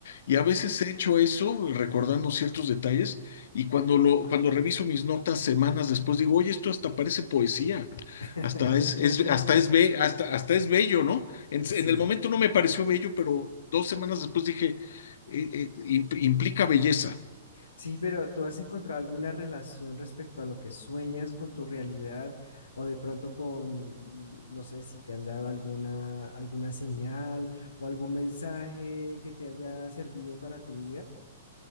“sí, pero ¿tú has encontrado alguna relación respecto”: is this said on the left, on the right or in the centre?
Left